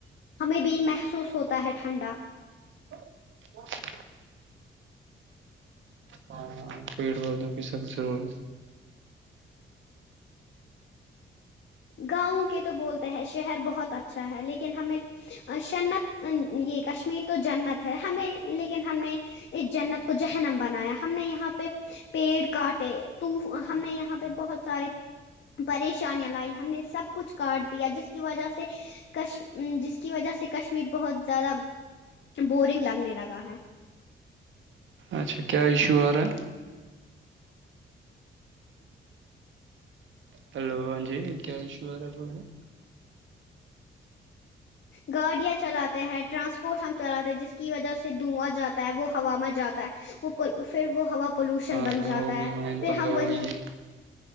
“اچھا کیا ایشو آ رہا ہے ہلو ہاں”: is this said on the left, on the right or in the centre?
Right